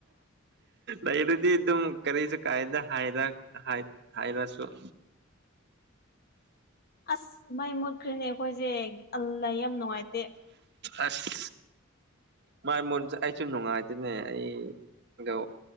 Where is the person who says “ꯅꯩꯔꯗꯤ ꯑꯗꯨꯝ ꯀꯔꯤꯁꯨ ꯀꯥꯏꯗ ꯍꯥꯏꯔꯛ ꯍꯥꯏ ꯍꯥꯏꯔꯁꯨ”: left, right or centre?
Right